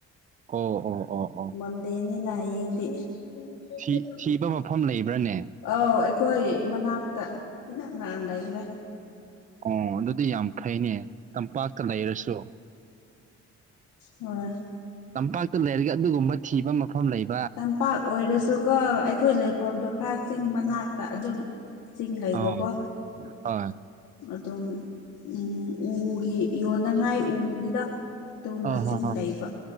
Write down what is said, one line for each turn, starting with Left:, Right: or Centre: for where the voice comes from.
Right: ꯎ ꯎ ꯑꯣ ꯑꯣ
Left: ꯃꯣꯟꯗꯦꯅꯤꯅ ꯍꯥꯌ‌ꯦꯡꯗꯤ <unintelligible>
Right: ꯊꯤ ꯊꯤꯕ ꯃꯐꯝ ꯂꯩꯕ꯭ꯔꯥꯅꯦ
Left: ꯑꯥꯎ ꯑꯩꯈꯣꯏ ꯃꯅꯥꯛ <unintelligible> ꯏꯅꯛ ꯅꯥꯟꯗꯥ ꯂꯩꯈ꯭ꯔꯦ
Right: ꯑꯣ ꯑꯗꯨꯗꯤ ꯌꯥꯝ ꯐꯩꯅꯦ ꯇꯝꯄꯥꯛꯇ ꯂꯩꯔꯁꯨ
Left: ꯍ‌ꯣꯏ
Right: ꯇꯝꯄꯥꯛꯇ ꯂꯩꯔꯒ ꯑꯗꯨꯒꯨꯝꯕ ꯊꯤꯕ ꯃꯐꯝ ꯂꯩꯕ
Left: ꯆꯝꯄꯥꯛ ꯑꯣꯏꯔꯁꯨꯀꯣ ꯑꯩꯈꯣꯏ ꯂꯩꯐꯝꯗꯨꯣ ꯈꯥ ꯆꯤꯡ ꯃꯅꯥꯛꯇ ꯑꯗꯨꯝ ꯆꯤꯡ ꯂꯩꯕꯀꯣ
Right: ꯑꯥ ꯍꯣꯏ
Left: ꯑꯗꯨꯝ ꯎꯝ ꯎꯒꯤ ꯌꯣꯟꯅꯉꯥꯏ ꯎꯒꯤꯗ ꯇꯨ
Right: ꯑꯥ
Left: ꯃ
Right: ꯍꯣꯏ
Left: ꯁꯤꯡ
Right: ꯍꯣꯏ
Left: ꯂꯩꯕ